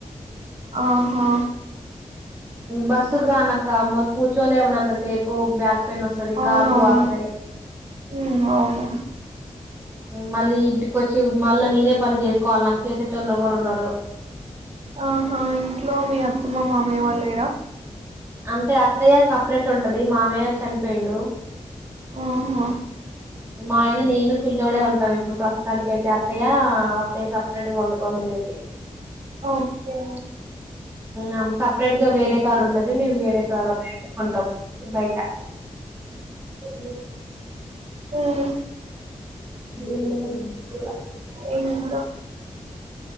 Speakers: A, on the right; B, on the right.
A: ఆహా
B: బస్సుకు రా అనక్క మ కూచోలేవనంతా సేపు బ్యాక్ పెయిన్ వస్తది
A: అవును
B: కాళ్ళు
A: అవును
B: వాస్తాయి
A: హ్మ్ అవును
B: మళ్ళీ ఇంటిక వచ్చి మళ్ళా నేనే పని చేసుకోవాలి నాకు చేసేట్వొళ్ళు ఎవరు ఉండరు
A: ఆహా ఇంట్లో మీ అత్తమ్మ మామయ్య వాళ్ళు లేరా
B: అంటే అత్తయ్య సపరేట్ ఉంటది మామయ్య చనిపోయిండు
A: ఓహో
B: మా ఆయన నేను కుళ్ల్లోడే ఉంటాం ఇప్పుడు ప్రస్తుతానికి అయితే అత్తయ్య అత్తయ్య సపరేట్గా వండుకోని తినేది
A: ఓకేఓకే
B: అమ్ సప్ అపరేట్ గా వేరే కాళ్ళ ఉంటది మేము వేరే కాల కొంటాము బయట వు
A: ఆఓ
B: దేవుడ.
A: ఎంటో.